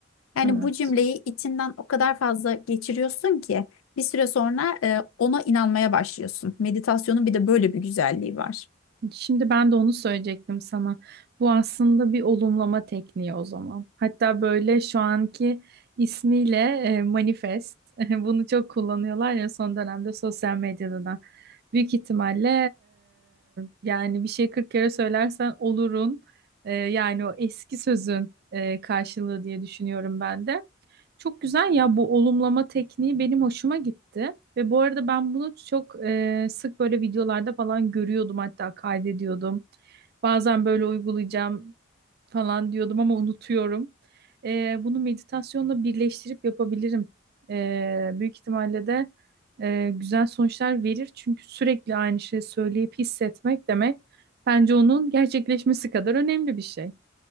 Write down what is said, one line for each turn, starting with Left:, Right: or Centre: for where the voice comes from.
Left: Yani
Right: Evet.
Left: bu cümleyi içinden o kadar fazla geçiriyorsun ki bir süre sonra e, ona inanmaya başlıyorsun. Meditasyonun bir de böyle bir güzelliği var.
Right: Şimdi ben de onu söyleyecektim sana. Bu aslında bir olumlama tekniği o zaman. Hatta böyle şu anki ismiyle e, manifest. <laughs> Bunu çok kullanıyorlar ya son dönemde sosyal medyada da. Büyük ihtimalle e, yani bir şey 40 kere söylersen olurun. E, yani o eski sözün e, karşılığı diye düşünüyorum ben de. Çok güzel ya bu olumlama tekniği benim hoşuma gitti. Ve bu arada ben bunu çok e, sık böyle videolarda falan görüyordum hatta kaydediyordum. Bazen böyle uygulayacağım falan diyordum ama unutuyorum. E, bunu meditasyonla birleştirip yapabilirim. E, büyük ihtimalle de e, güzel sonuçlar verir. Çünkü sürekli aynı şeyi söyleyip hissetmek demek bence onun gerçekleşmesi kadar önemli bir şey.